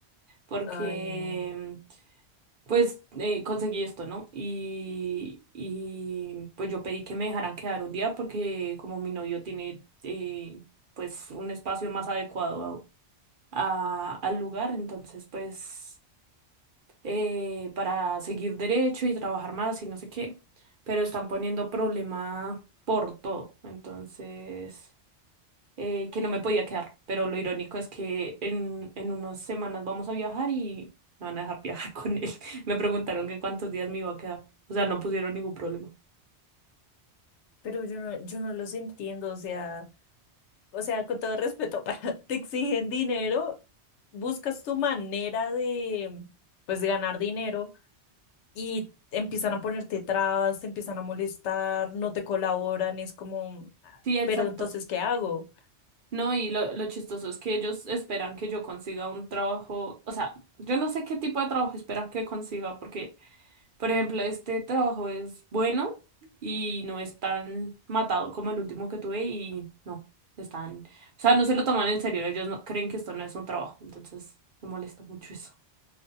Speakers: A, on the right; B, on the left.
A: porque
B: Ay, no.
A: pues eh, conseguí esto, ¿no? Y, y pues yo pedí que me dejaran quedar un día porque como mi novio tiene eh, pues un espacio más adecuado a- a- al lugar, entonces pues... eh, para seguir derecho y trabajar más y no sé qué, pero están poniendo problema por todo, entonces, eh, que no me podía quedar, pero lo irónico es que en, en unas semanas vamos a viajar y me van a dejar viajar <laughs> con él. Me preguntaron que cuántos días me iba a quedar, o sea, no pusieron ningún problema.
B: Pero yo no, yo no los entiendo, o sea, o sea, con todo respeto, <laughs> te exigen dinero, buscas tu manera de, pues, de ganar dinero y empiezan a ponerte trabas, te empiezan a molestar, no te colaboran, es como, "Ah,
A: Sí, exacto.
B: pero entonces, ¿qué hago?
A: No, y lo, lo chistoso es que ellos esperan que yo consiga un trabajo, o sea, yo no sé qué tipo de trabajo esperan que consiga, porque Por ejemplo, este trabajo es bueno y no es tan matado como el último que tuve y no, están, o sea, no se lo toman en serio, ellos no, creen que esto no es un trabajo, entonces me molesta mucho eso.